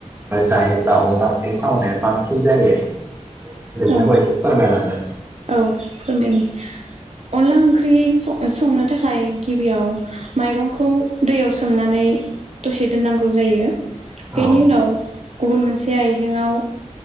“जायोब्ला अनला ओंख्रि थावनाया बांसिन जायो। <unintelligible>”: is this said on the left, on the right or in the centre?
Right